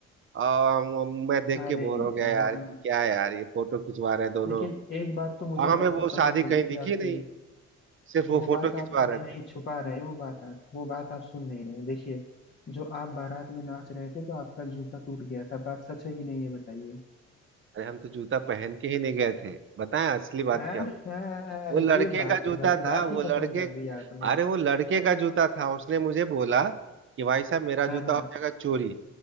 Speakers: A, on the right; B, on the left.
A: आ, मैं देख
B: अरे
A: के बोर हो गया
B: यार
A: यार कि क्या है यार ये फोटो खिंचवा रहे हैं दोनों
B: लेकिन एक बात तो मुझे
A: और हमें
B: भाई साहब
A: वो शादी
B: पता चली
A: कहीं दिखी
B: थी आपकी
A: नहीं सिर्फ वो
B: वो
A: फोटो
B: बात आप
A: खिंचवा
B: अभी
A: रहे
B: नहीं
A: थे
B: छुपा रहे हो, वो बात आप वो बात आप सुन नहीं रहे हैं। देखिए जो आप बारात में नाच रहे थे तो आपका जूता टूट गया था बात सच है कि नहीं ये बताइए
A: अरे हम तो जूता पहन के ही नहीं गए थे बताएं असली बात
B: आहा,
A: क्या हुआ वो लड़के
B: ये बात
A: का जूता
B: है भाई
A: था
B: बात ही
A: वो लड़के
B: खत्म कर दी आपने
A: अरे वो लड़के का जूता था उसने मुझे बोला कि भाई साहब मेरा जूता
B: हाँ हाँ
A: हो जाएगा चोरी